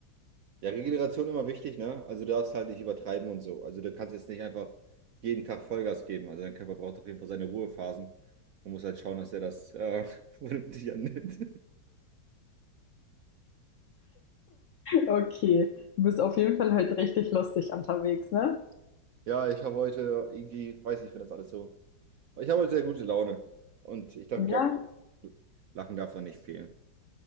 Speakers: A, on the right; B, on the left.
A: Ja, Regeneration immer wichtig, ne? Also du darfst halt nicht übertreiben und so. Also du kannst jetzt nicht einfach jeden Tag Vollgas geben. Also dein Körper braucht auf jeden Fall seine Ruhephasen und muss halt schauen, dass er das äh, <laughs> vernünftig annimmt.
B: Okay, du bist auf jeden Fall halt richtig lustig unterwegs, ne?
A: Ja, ich habe heute irgendwie, weiß nicht, wenn das alles so. Ich habe heute sehr gute Laune und ich dachte,
B: Ja,
A: glaube, Lachen darf da nicht fehlen.